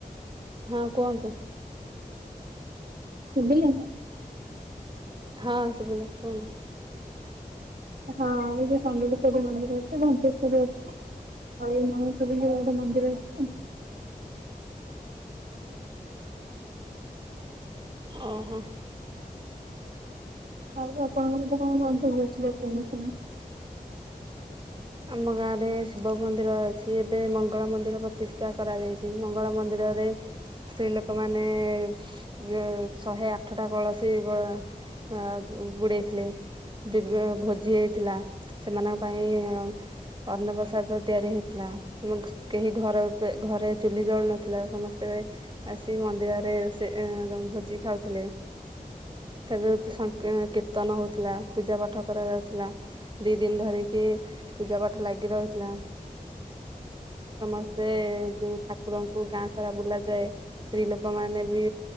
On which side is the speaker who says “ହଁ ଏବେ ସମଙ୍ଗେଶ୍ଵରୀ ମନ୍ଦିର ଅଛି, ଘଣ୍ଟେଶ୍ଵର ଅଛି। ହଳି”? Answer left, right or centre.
Right